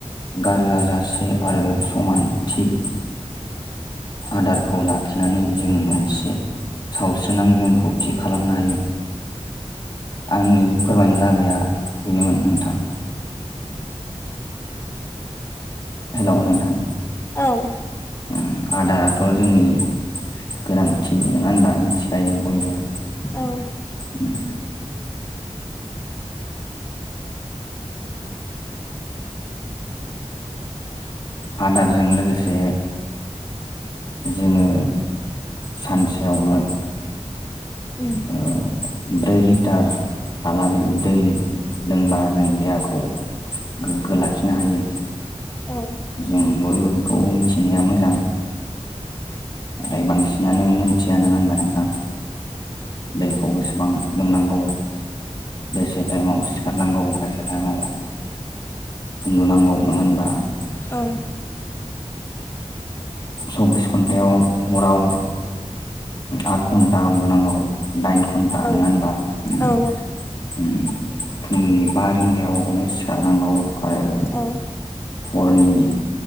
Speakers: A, on the left (about 40°); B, on the left (about 20°).
A: गारहोआ जाासे आरो समानथि आदारखौ लाखिनानै जों मोनसे सावस्रो नांगोन खौथि खालामनो हायो। आंनि फोरमायनो लागाया बेनोमोन नोंथां ।
B: <inaudible>
A: हेलौ नोंथां?
B: औ
A: उम आदाराथ' जोंनि गोनांथि नङा होनबा मिथिखायो बयबो।
B: औ
A: उम आदारजों लोगोसे जोङो सानसेयावनो
B: उम
A: ओ ब्रै लिटार आलागै दै दंबा जों देहाखौ गोग्गो लाखिनो हायो ।
B: औ
A: जों बयबो बेखौ मिथिनाया मोजां। नाथाय बांसिनानो मोनथिया नङा होनबा नोंथां। दैखौ बेसेबां लोंनांगौ। बेसे टाइमाव सिखारनांगौ बेसे टाइमाव उन्दु नांगौ नङा होनबा ।
B: औ
A: सब्बिस घन्टायाव हराव आठ घन्टा उन्दुनांगौ। दाइन घन्टा
B: औ
A: नङा होनबा उम उम
B: औ
A: । फुंनि बा रिंगायावनो सिखारनांगौ आरो
B: औ
A: हरनि